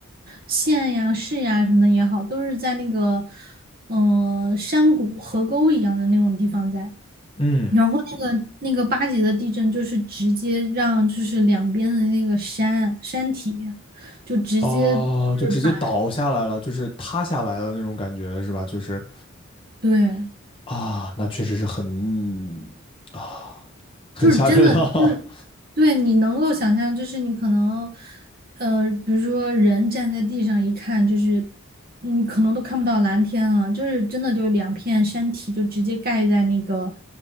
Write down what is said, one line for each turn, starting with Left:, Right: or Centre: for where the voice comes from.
Right: 县呀、市呀什么的也好，都是在那个嗯呃山谷、河沟一样的那种地方在。
Left: 嗯。
Right: 然后那个那个八级的地震，就是直接让就是两边的那个山山体，就直接就是把
Left: 哦，就直接倒下来了，就是塌下来的那种感觉是吧？就是
Right: 对，
Left: 啊，那确实是很啊，很吓人了
Right: 就是真的就是对你能够想象，就是你可能呃，比如说人站在地上一看，就是你可能都看不到蓝天了，就是真的就两片山体就直接盖在那个